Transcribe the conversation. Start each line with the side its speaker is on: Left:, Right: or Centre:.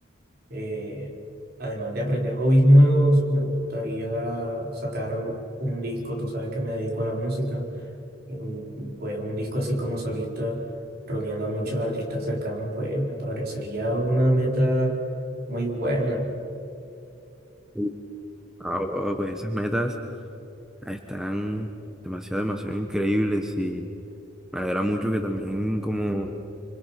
Right: eh, además de aprender hobbies nuevos, me gustaría sacar un disco, tú sabes que me dedico a la música, mm, pues un disco así como solista, reuniendo a muchos artistas cercanos, pues me parecería una meta muy buena.
Centre: Sí. Ah, bro, pues esas metas están demasiado, demasiado increíbles y me alegra mucho que también como